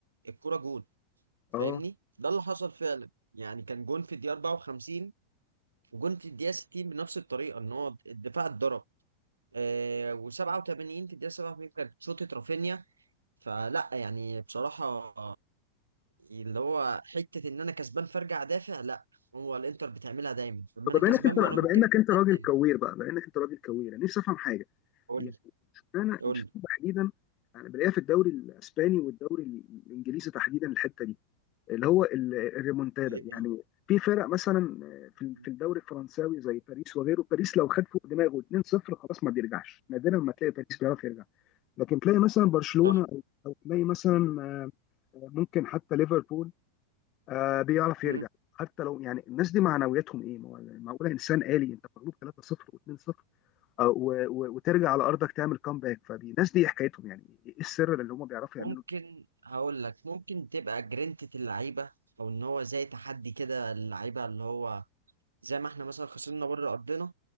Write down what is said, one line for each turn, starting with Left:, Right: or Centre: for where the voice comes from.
Right: الكرة جون فاهمني
Left: اه
Right: ده اللي حصل فعلا يعني كان جون في الدقيقة 54 وجون في الدقيقة 60 بنفس الطريقة ان هو الدفاع اتضرب آه و87 في الدقيقة 87 كانت شوطة رافينيا فلا يعني بصراحة اللي هو حتة إن أنا كسبان فأرجع أدافع لا هو الإنتر بتعملها دايما لما
Left: طب
Right: أنا كسبان
Left: بما انك انت
Right: ما
Left: بما
Right: أنا ممكن
Left: انك انت راجل
Right: أقدم
Left: كوير بقى بما انك انت راجل كوير انا نفسي افهم حاجه
Right: قول
Left: يعني
Right: لي
Left: اشمعنى اشمعنى
Right: قول لي
Left: تحديدا انا بلاقيها في الدوري الاسباني والدوري الانجليزي تحديدا الحته دي اللي هو ال- الريمونتادا
Right: إيه
Left: يعني في فرق مثلا في
Right: هي؟
Left: في الدوري الفرنساوي زي باريس وغيره باريس لو خد فوق دماغه 2-0 خلاص ما بيرجعش نادرا ما تلاقي باريس بيعرف يرجع لكن تلاقي مثلا برشلونة
Right: صح
Left: او أو تلاقي مثلا آه، ممكن حتى ليفربول آه، بيعرف
Right: مم.
Left: يرجع حتى لو يعني الناس دي معنوياتهم ايه ما هو معقوله انسان آلي انت مغلوب 3-0 و2-0 آه، و- و- وترجع على ارضك تعمل كامباك فالناس دي حكايتهم يعني ايه السر اللي هم بيعرفوا
Right: ممكن
Left: يعملوا
Right: هقول لك ممكن تبقى جرينتة اللعيبة أو إن هو زي تحدي كده اللعيبة اللي هو زي ما إحنا مثلا خسرنا بره أرضنا